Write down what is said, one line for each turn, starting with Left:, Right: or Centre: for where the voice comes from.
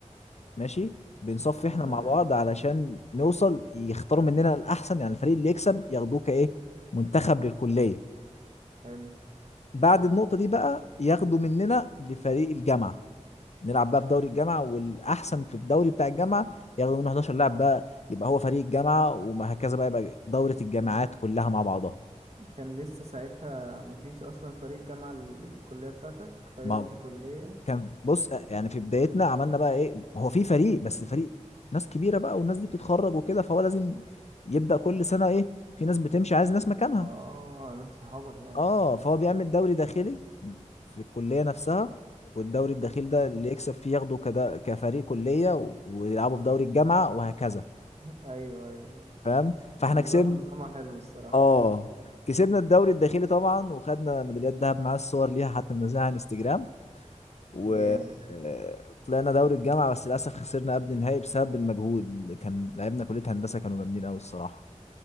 Left: ماشي بنصفي احنا
Right: تمام
Left: مع بعض علشان نوصل يختاروا مننا الاحسن يعني الفريق اللي يكسب ياخدوه كايه منتخب للكلية
Right: حلو
Left: بعد النقطة دي بقى ياخدوا مننا لفريق الجامعة نلعب بقى في دوري الجامعة والأحسن في الدوري بتاع الجامعة ياخدوا منه 11 لاعب بقى يبقى هو فريق الجامعة وهكذا بقى يبقى دورة الجامعات كلها مع بعضها
Right: كان لسه ساعتها مفيش أصلا فريق جامعة ال- الكلية بتاعتك فريق
Left: ما
Right: قصدي كلية
Left: كان بص يعني في بدايتنا عملنا بقى إيه هو في فريق بس فريق ناس كبيرة بقى والناس دي بتتخرج وكده فهو لازم يبدأ كل سنة إيه في ناس بتمشي عايز ناس مكانها
Right: اه آه، ناس صحابك يعني
Left: اه فهو بيعمل دوري داخلي في الكلية نفسها والدوري الداخلي ده
Right: <laughs>
Left: اللي يكسب فيه ياخده كده كفريق كلية و- ويلعبوا في دوري الجامعة وهكذا
Right: ايوه ايوه أيوة.
Left: فاهم فاحنا
Right: النظام
Left: كسبنا
Right: نظامها حلو الصراحة
Left: اه كسبنا الدوري الداخلي طبعا وخدنا ميداليات ذهب معاه الصور ليها حتى منزلها على انستجرام وطلعنا
Right: جامد
Left: دوري الجامعة بس للأسف خسرنا قبل النهائي بسبب المجهود كان لعبنا كلية هندسة كانوا جامدين قوي الصراحة